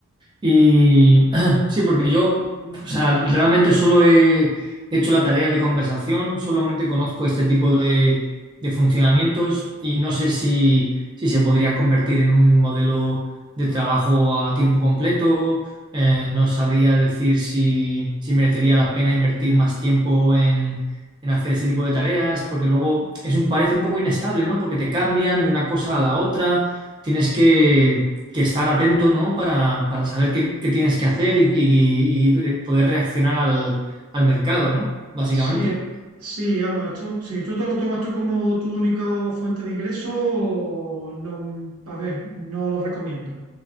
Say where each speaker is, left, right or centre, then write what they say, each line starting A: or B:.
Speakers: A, on the right; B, on the right.
A: Y <clears throat> sí, porque yo, o sea, realmente solo he hecho la tarea de conversación, solamente conozco este tipo de, de funcionamientos y no sé si, si se podría convertir en un modelo de trabajo a tiempo completo. Eh, no sabría decir si, si merecería la pena invertir más tiempo en, en hacer ese tipo de tareas, porque luego es un, parece un poco inestable, ¿no? Porque te cambian de una cosa a la otra, tienes que que estar atento, ¿no? Para, para saber qué, qué tienes que hacer y, y- y poder reaccionar al, al mercado, ¿no? Básicamente.
B: Sí, eh, sí, vamos, esto, si tú te lo tomas tú como tu única fuente de ingreso, no, a ver, no lo recomiendo.